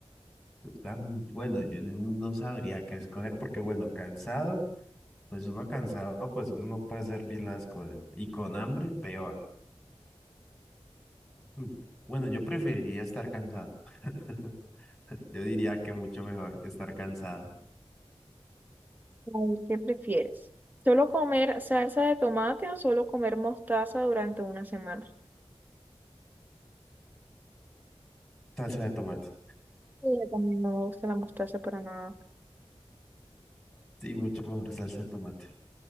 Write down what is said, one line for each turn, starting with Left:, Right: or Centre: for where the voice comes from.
Centre: pues, tan- Bueno, yo no no sabría qué escoger porque, bueno, cansado, pues uno cansado, pues uno no puede hacer bien las cosas. Y con hambre, peor. Hmm, Bueno, yo preferiría estar cansado. <laughs> <laughs> Yo diría que mucho mejor estar cansada.
Right: A ver, ¿Qué prefieres? ¿Solo comer salsa de tomate o solo comer mostaza durante una semana?
Centre: Salsa de tomate.
Right: Sí, yo también no me gusta la mostaza para nada.
Centre: Sí, mucho mejor salsa de tomate.